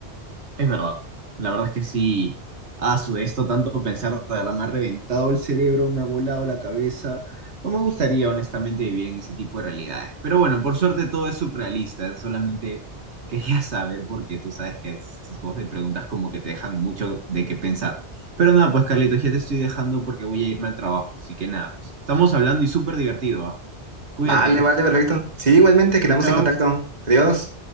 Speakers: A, on the right; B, on the right.
A: es verdad. La verdad es que sí, a su esto tanto pensar, de verdad, me ha reventado el cerebro, me ha volado la cabeza. No me gustaría, honestamente, vivir en ese tipo de realidades. Pero bueno, por suerte todo es surrealista. Solamente quería saber porque tú sabes que estos juegos de preguntas como que te dejan mucho de qué pensar. Pero nada, pues Carlitos, ya te estoy dejando porque voy a irme al trabajo. Así que nada, pues estamos hablando y súper divertido, ¿ah? Cuídate.
B: Vale, vale, perfecto. Sí, igualmente, quedamos
A: Chao, chao.
B: en contacto. Adiós.